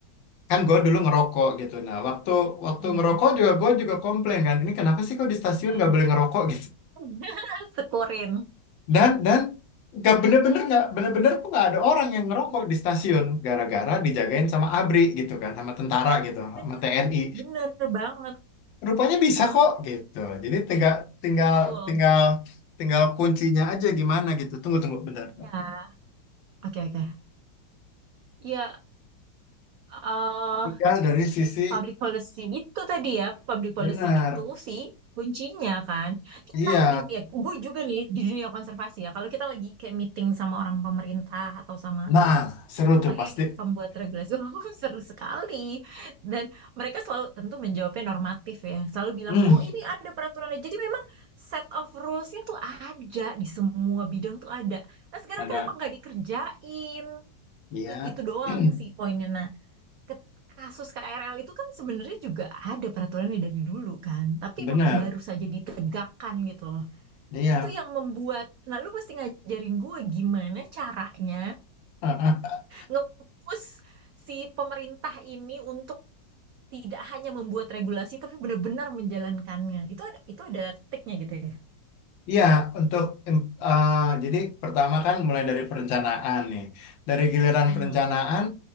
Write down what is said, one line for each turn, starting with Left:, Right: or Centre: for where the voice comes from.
Left: kan gue dulu ngerokok gitu. Nah, waktu waktu
Right: hmm,
Left: ngerokok juga gue juga komplain kan, ini kenapa sih kok di stasiun
Right: hmm.
Left: nggak boleh ngerokok gitu?
Right: <laughs> Sekurin.
Left: Dan dan nggak bener-bener nggak bener-bener tuh nggak ada orang yang ngerokok
Right: Iya,
Left: di stasiun gara-gara dijagain sama ABRI gitu kan, sama tentara gitu,
Right: Bener,
Left: sama TNI.
Right: bener banget
Left: Rupanya bisa kok gitu. Jadi tinggal tinggal
Right: tuh.
Left: tinggal tinggal kuncinya aja gimana gitu. Tunggu tunggu bentar. bentar.
Right: Ya, oke, oke. Iya, eh,
Left: Tinggal dari sisi
Right: Public policy itu tadi ya, public policy
Left: benar.
Right: itu sih kuncinya kan.
Left: Iya.
Right: Sekarang gini ya, gue juga nih di dunia konservasi ya, kalau kita lagi kayak meeting sama orang pemerintah atau sama
Left: Nah, seru
Right: pokoknya
Left: tuh pasti.
Right: pembuat regulasi, <laughs> oh, seru sekali. Dan mereka selalu tentu menjawabnya normatif ya, selalu bilang,
Left: Hmm,
Right: oh ini ada peraturannya. Jadi memang set of rules-nya tuh ada di semua bidang tuh ada. Nah sekarang
Left: ada.
Right: kenapa nggak dikerjain?
Left: Iya.
Right: Itu, itu doang
Left: <clears throat>
Right: sih poinnya. Nah, ke- kasus KRL itu kan sebenarnya juga ada peraturannya dari dulu kan, tapi
Left: Benar.
Right: baru saja ditegakkan gitu loh.
Left: Iya.
Right: Itu yang membuat, nah lu mesti ngajarin gue gimana caranya
Left: Ah, ah.
Right: nge-push si pemerintah ini untuk tidak hanya membuat regulasi tapi benar-benar menjalankannya. Itu ada itu ada triknya gitu ya.
Left: Iya, untuk em, ah, jadi pertama kan mulai dari perencanaan nih. Dari giliran
Right: Hmm.
Left: perencanaan